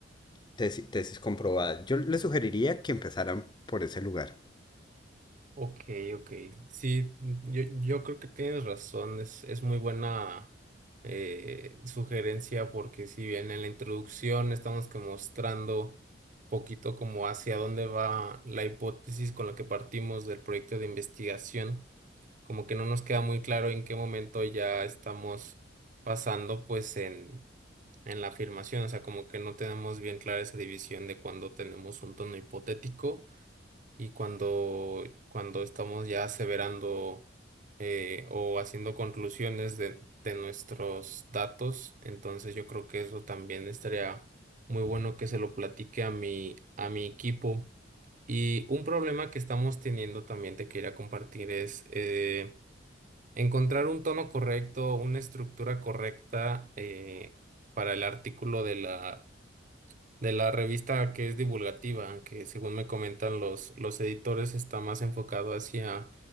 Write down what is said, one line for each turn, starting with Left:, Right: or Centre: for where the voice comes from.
Left: tesis, tesis comprobada. Yo les sugeriría que empezaran por ese lugar.
Right: Ok, ok. Sí, yo, yo creo que tienes razón, es, es muy buena eh, sugerencia porque si bien en la introducción estamos que mostrando poquito como hacia dónde va la hipótesis con la que partimos del proyecto de investigación, como que no nos queda muy claro en qué momento ya estamos pasando pues en en la afirmación, o sea, como que no tenemos bien clara esa división de cuando tenemos un tono hipotético y cuando, cuando estamos ya aseverando eh, o haciendo conclusiones de, de nuestros datos. Entonces yo creo que eso también estaría muy bueno que se lo platique a mi, a mi equipo. Y un problema que estamos teniendo también te quería compartir es... eh, Encontrar un tono correcto, una estructura correcta eh, para el artículo de la de la revista que es divulgativa, que según me comentan los, los editores está más enfocado hacia